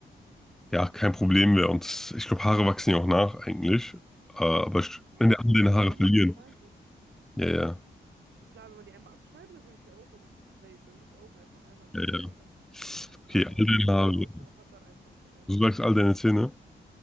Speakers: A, in the centre; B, on the right.
A: ja, kein Problem wäre. Und ich glaube, Haare wachsen ja auch nach eigentlich. Äh, aber ich,
B: Ja,
A: wenn der alle deine
B: kommt
A: Haare
B: drauf an,
A: verlieren.
B: wie das gemeint ist.
A: Ja, ja.
B: So klar, wenn man die einmal abschneidet, dann würde ich die auch, dann würde ich safe, dann würde ich auch einfach einmal Glatze
A: Ja, ja.
B: und dann.
A: Okay,
B: Aber
A: all deine
B: ich gehe davon
A: Haare.
B: aus, man hat dann einfach eine Glatze.
A: Du sagst all deine Zähne.